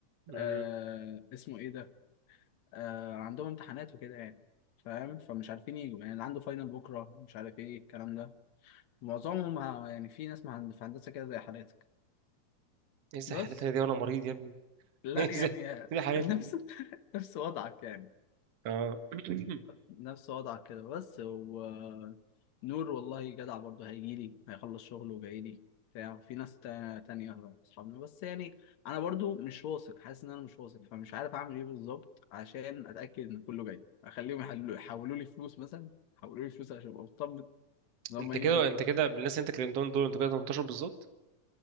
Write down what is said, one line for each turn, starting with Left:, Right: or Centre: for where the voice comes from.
Right: امم
Left: آه اسمه ايه ده آه عندهم امتحانات وكده يعني فاهم فمش عارفين يجوا يعني اللي عنده فاينل بكره مش عارف ايه الكلام ده معظمهم ه- يعني في ناس مهن- في هندسه كده زي حالاتك
Right: ايه زي
Left: بس
Right: حالتك دي وانا مريض يا ابني <laughs>
Left: لا
Right: ايه
Left: يعني
Right: زي
Left: آه،
Right: إيه زي حالتك
Left: <laughs> نفس
Right: دي
Left: نفس وضعك يعني
Right: اه <clears throat>
Left: نفس وضعك كده بس و نور والله جدع برضه هيجيلي هيخلص شغله وجايلي بتاع في ناس تا- تانية أصحابنا بس يعني أنا برضه مش واثق حاسس إن أنا مش واثق فمش عارف أعمل إيه بالظبط عشان أتأكد إن كله جاي أخليهم يحلوا يحولوا لي فلوس مثلا يحولوا لي فلوس عشان أبقى مطمن إن هما
Right: انت كده
Left: يجوا
Right: انت كده بالناس اللي انت كلمتهم دول انتوا كده 18 بالظبط